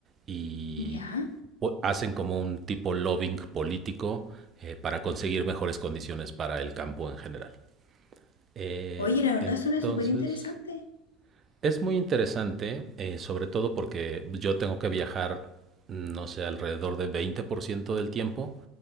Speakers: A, on the right (about 30°); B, on the left (about 70°).
A: y
B: Ya.
A: hacen como un tipo lobbying político eh, para conseguir mejores condiciones para el campo en general. Eh,
B: Oye, la verdad
A: entonces...
B: suena súper interesante.
A: Es muy interesante, eh, sobre todo porque yo tengo que viajar, no sé, alrededor de 20% del tiempo